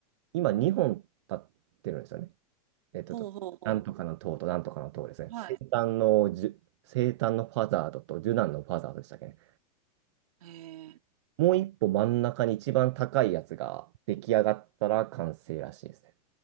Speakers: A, on the right (about 45°); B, on the right (about 65°).
A: 今2本立ってるんですよね。えっと、
B: ほうほうほ
A: なんとかの塔となんとかの塔ですね。
B: うはい。
A: 生誕のじゅ、生誕のファザードとジュナンのファザードでしたっけね。
B: う。へえ。
A: もう一歩真ん中に一番高いやつが出来上がったら完成らしいですね。